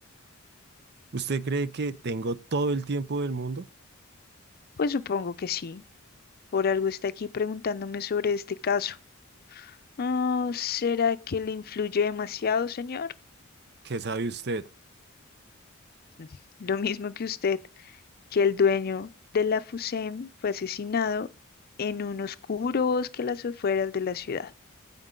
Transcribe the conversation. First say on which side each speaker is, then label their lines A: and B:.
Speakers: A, on the right; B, on the left.
A: ¿Usted cree que tengo todo el tiempo del mundo?
B: Pues supongo que sí. Por algo está aquí preguntándome sobre este caso. Oh, ¿será que le influye demasiado, señor?
A: ¿Qué sabe usted?
B: Mm, Lo mismo que usted, que el dueño de la FUSEM fue asesinado en un oscuro bosque a las afueras de la ciudad.